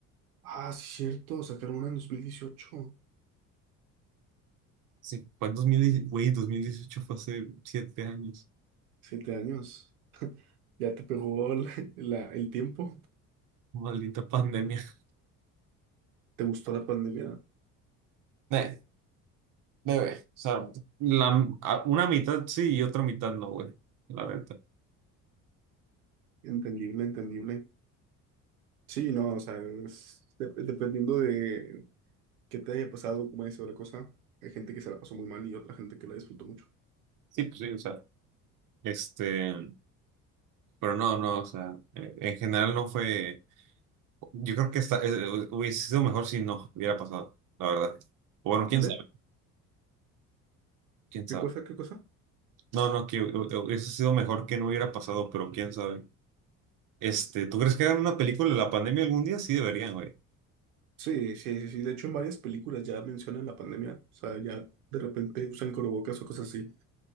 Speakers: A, on the right; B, on the right.
A: Ah, sí, cierto. Sacaron una en 2018.
B: Sí, fue en 2010, güey, 2018 fue hace siete años.
A: Siete años. Ya te pegó la- la- el tiempo.
B: Maldita pandemia. <laughs>
A: ¿Te gustó la pandemia?
B: Eh, bebé, o sea, la, a- una mitad sí y otra mitad no, güey, la neta.
A: Entendible, entendible. Sí, no, o sea, es de- dependiendo de qué te haya pasado, cómo haya sido la cosa, hay gente que se la pasó muy mal y otra gente que la disfrutó mucho.
B: Sí, pues sí, o sea, este, pero no, no, o sea, eh, en general no fue. Yo creo que esta- eh, hubiese sido mejor si no hubiera pasado, la verdad. o Bueno, quién
A: ¿Dónde?
B: sabe, quién
A: ¿Qué
B: sabe.
A: cosa? ¿Qué cosa?
B: No, no, que hu- hu- hubiese sido mejor que no hubiera pasado, pero quién sabe. Este, ¿tú crees que hagan una película de la pandemia algún día? Sí deberían, güey.
A: Sí, sí, sí, sí. De hecho, en varias películas ya mencionan la pandemia. O sea, ya de repente usan corobocas o cosas así.